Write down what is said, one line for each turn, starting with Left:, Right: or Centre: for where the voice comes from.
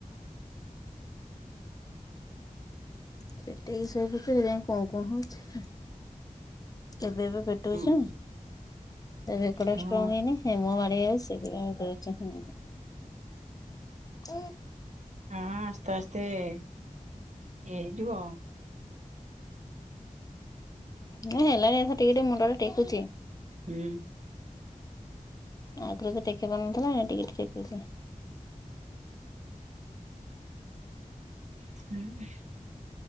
Left: ସେଠେଇକି ସୋଇ ପଡ଼ିଛି କି ଯାଇ ଙ୍କି କୁଁ କୁଁ ହଉଛି। ଏବେ ଏବେ ପେଟଉଛିନା।
Right: ହଁ
Left: ଏ ବେକଟା
Right: ହଁ
Left: ଷ୍ଟ୍ରଙ୍ଗ ହେଇନି ମୁହଁ ମାଡି ଯାଉଛି ସେଥି ପାଇଁ କୋହୁଚୀ ହୁଁ। କୁଁ।
Right: ହଁ ଆସ୍ତେ ଆସ୍ତେ ଇଏ ହେଇଯିବ ଆଉ।
Left: ହୁଁ ହେଲାଣି ଏ ଟିକେ ଟିକେ ମୁଣ୍ଡ ଟ ଟେକୁଛି।
Right: ହୁଁ।
Left: ଆଗରୁ ତ ଟେକି ପାରୁନଥିଲା ଟିକେ ଟିକେ
Right: ହୁଁ।